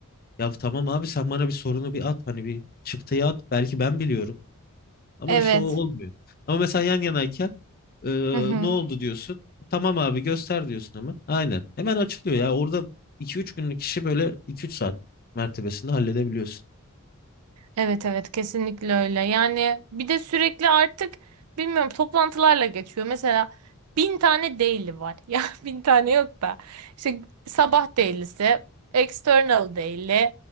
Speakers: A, on the left; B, on the right.
A: Ya tamam abi sen bana bir sorunu bir at hani bir çıktıyı at belki ben biliyorum. Ama
B: Evet.
A: işte o olmuyor. Ama mesela yan yanayken e,
B: Hı hı.
A: ne oldu diyorsun. Tamam abi göster diyorsun hemen. Aynen. Hemen açılıyor ya. Orada iki üç günlük işi böyle iki üç saat mertebesinde halledebiliyorsun.
B: Evet evet kesinlikle öyle. Yani bir de sürekli artık bilmiyorum toplantılarla geçiyor. Mesela bin tane daily var. <laughs> Ya bin tane yok da. İşte sabah daily'si, external daily,